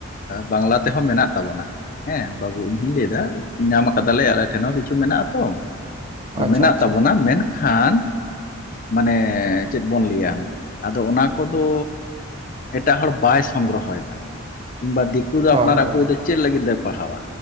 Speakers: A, on the left; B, on the right.
A: ᱵᱟᱝᱞᱟ ᱛᱮᱦᱚᱸ ᱢᱮᱱᱟᱜ ᱛᱟᱵᱚᱱᱟ ᱦᱮᱸ ᱵᱟᱹᱵᱩ ᱤᱧᱦᱩᱧ ᱞᱟᱹᱭ ᱮᱫᱟ ᱧᱟᱢ ᱟᱠᱟᱫᱟᱞᱮ ᱟᱞᱮ ᱴᱷᱮᱱ ᱦᱚᱸ ᱠᱤᱪᱷᱩ ᱢᱮᱱᱟᱜᱛᱚ ᱟᱫᱚ
B: ᱟᱪᱪᱷᱟ
A: ᱢᱮᱱᱟᱜ
B: ᱟᱪᱪᱷᱟ
A: ᱛᱟᱵᱚᱱᱟ ᱢᱮᱱᱠᱷᱟᱱ ᱢᱟᱱᱮ ᱪᱮᱫ ᱵᱚᱱ ᱞᱟᱹᱭᱟ ᱟᱫᱚ ᱚᱱᱟ ᱠᱚᱫᱚ ᱮᱴᱟᱜ ᱦᱚᱲ ᱵᱟᱭ ᱥᱚᱝᱜᱨᱚᱦᱚᱭᱮᱫᱟ ᱠᱤᱢᱵᱟ ᱫᱤᱠᱩ ᱫᱚ
B: ᱦᱳᱭ
A: ᱟᱯᱱᱟᱨᱟᱜ
B: ᱦᱳᱭ
A: ᱵᱚᱭᱭ ᱫᱚ ᱪᱮᱫ ᱞᱟᱹᱜᱤᱫ ᱫᱚᱭ ᱯᱟᱲᱦᱟᱣᱟ